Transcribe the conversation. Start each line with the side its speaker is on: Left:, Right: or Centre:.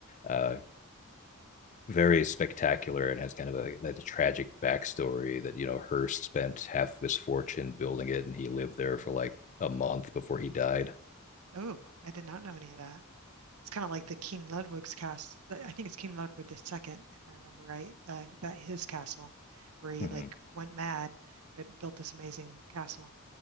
Left: uh, very spectacular and has kind of a, like, a tragic backstory that you know Hearst spent half of his fortune building it, and he lived there for like a month before he died.
Right: Oh, I did not know any of that. It's kind of like the King Ludwig's cast. I think it's King Ludwig the second, if I remember right. Uh, that his castle, where he
Left: Mm-hmm.
Right: like went mad but built this amazing castle.